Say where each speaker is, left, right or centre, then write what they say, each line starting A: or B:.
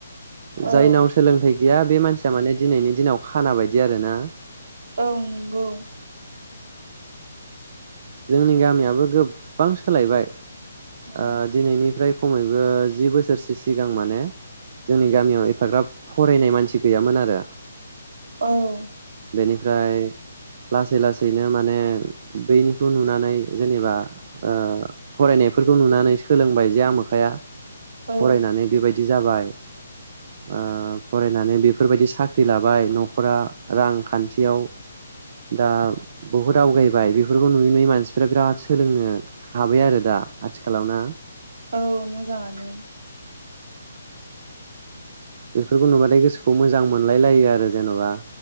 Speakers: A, on the right; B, on the right.
A: जायनाव
B: औ
A: सोलोंथाइ गैया बे मानसिया माने दिनैनि दिनाव खाना बायदि आरो ना
B: औ नंगौ
A: जोंनि गामियाबो गोबां सोलायबाय
B: औ
A: ओ दिनैनिफ्राय खमैबो जि बोसोरसो सिगां माने जोंनि गामियाव एफाग्राब फरायनाय मानसि गैयामोन आरो
B: औ
A: बेनिफ्राय लासै लासैनो माने बैनिखौ नुनानै जेनेबा ओ फरायनायफोरखौ नुनानै सोलोंबाय जे आमोखाया
B: औ
A: फरायनानै बेबायदि बिदि जाबाय ओ फरायनानै बेफोरबायदि साख्रि लाबाय नखरा रांखान्थियाव दा बहुद आवगायबाय बेफोरखौ नुयै नुयै मानसिफोरा बिराद सोलोंनो हाबाय आरो दा आथिखालाव ना
B: औ मोजाङानो
A: बेफोरखौ नुबाथाय गोसोखौ मोजां मोनलायलायो आरो जेन'बा